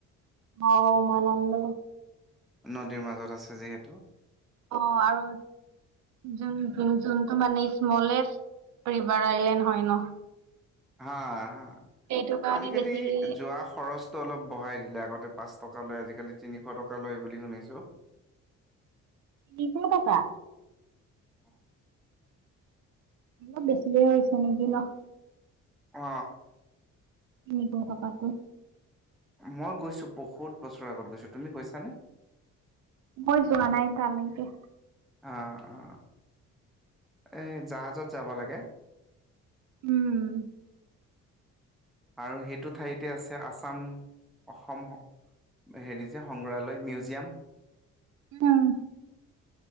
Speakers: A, on the right; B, in the centre.
A: অ উমানন্দ
B: নদীৰ মাজত আছে যিহেতু
A: অ আৰু যোনটো মানে স্মলেষ্ট ৰিভাৰ আইলেণ্ড হয় ন
B: হা হা
A: সেইটো কাৰণে
B: আজিকালি
A: বেছিকে
B: যোৱা খৰচটো অলপ বঢ়াই দিলে। আগতে পাঁচ টকা লয় আজিকালি তিনিশ টকা লয় বুলি শুনিছো।
A: তিনিশ টকা
B: <inaudible>
A: অলপ বেছ দেৰি হৈছে নেকি ন।
B: অ
A: নিজৰ টকাটো
B: মই গৈছো বহুত বছৰৰ আগত গৈছো তুমি গৈছানে।
A: মই যোৱা নাই তালৈকে-
B: অ অ এই জাহাজত যাব লাগে।
A: উম
B: আৰু সেইটো ঠাইতে আছে আছাম অসম হেৰি যে সংগ্ৰহালয় মিউজিয়াম
A: হম